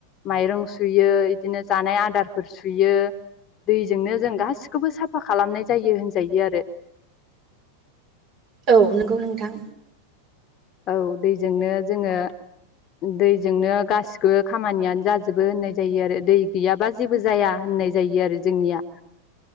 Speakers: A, on the left; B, on the right.
A: माइरं सुयो। बिदिनो जानाय आदारफोर सुयो दैजोंनो जों गासिखौबो साफा खालामनाय जायो होनजायो आरो‌
B: औ नंगौ नोंथां
A: औ दैजोंनो जोङो दैजोंनो गासिबो खामानियानो जाजोबो होननाय जायो आरो दै गैयाबा जेबो जाया होननाय जायो आरो जोंनिया